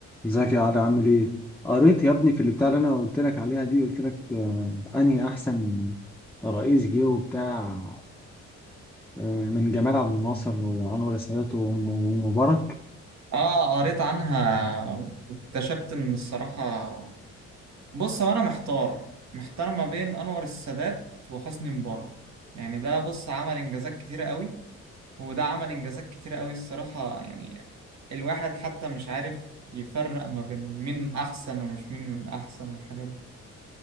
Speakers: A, in the centre; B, on the right.
A: ازيك يا علي عامل ايه؟ قريت يا ابني في اللي بتاع اللي انا قلت لك عليها دي قلت لك آه انهي احسن رئيس جه وبتاع آه من جمال عبد الناصر وانور السادات وم- ومبارك
B: اه قريت عنها واكتشفت ان الصراحة بص هو انا محتار محتار ما بين انور السادات وحسني مبارك يعني ده بص عمل انجازات كتيرة قوي وده عمل انجازات كتيرة قوي الصراحة يعني الواحد حتى مش عارف يفرق ما بين مين احسن ومش مين من احسن والحاجات دي